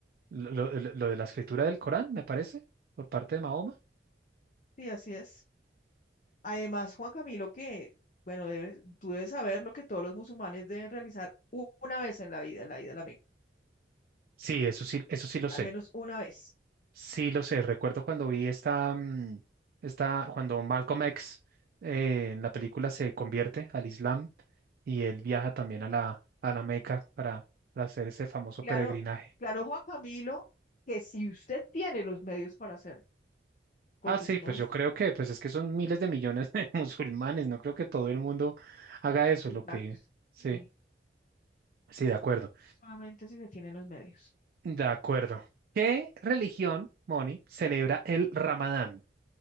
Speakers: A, on the right; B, on the left.
A: lo, lo- lo de la escritura del Corán, me parece, por parte de Mahoma.
B: Sí, así es. Además, Juan Camilo, que, bueno, debes- tú debes saber lo que todos los musulmanes deben realizar u- una vez en la vida, la ida a la Meca,
A: Sí, eso sí, eso sí lo
B: al
A: sé.
B: menos una vez.
A: Sí, lo sé. Recuerdo cuando vi esta, mm, esta, cuando Malcolm X eh, en la película se convierte al Islam y él viaja también a la, a la Meca para, para hacer ese famoso
B: Claro,
A: peregrinaje.
B: claro, Juan Camilo, que si usted tiene los medios para hacerlo, porque
A: Ah, sí,
B: si no
A: pues
B: los
A: yo
B: tiene,
A: creo que, pues es que son miles de millones de <laughs> musulmanes. No creo que todo el mundo haga eso.
B: exactos,
A: Lo que, sí,
B: sí,
A: sí, de acuerdo.
B: solamente si se tienen los medios.
A: De acuerdo. ¿Qué religión, Moni, celebra el Ramadán?